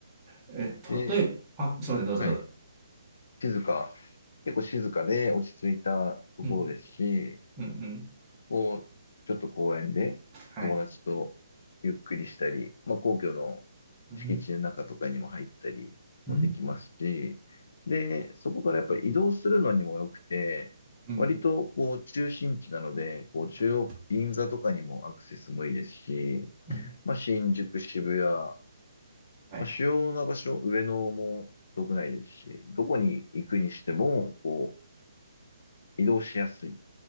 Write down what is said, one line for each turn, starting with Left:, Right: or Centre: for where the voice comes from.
Right: うんうん。え、
Left: で、
Right: 例えば、あ、すみません、どうぞどうぞ。
Left: はい。静か、結構静かで落ち着いたところですし、
Right: うん。うんうん。
Left: こう、ちょっと公園で友達とゆっくりしたり、
Right: はい。
Left: まあ、皇居の
Right: うん。
Left: 敷地の中とかにも入ったりもできますし、
Right: うん。
Left: で、そこからやっぱり移動するのにも良くて、
Right: うん。
Left: 割とこう中心地なので、こう中央区、
Right: はい。
Left: 銀座とかにもアクセスもいいですし、
Right: うん。
Left: まあ、新宿、渋谷、ま
Right: はい。
Left: あ、主要な場所、上野も遠くないですし、どこに行くにしても、こう、移動しやすいっ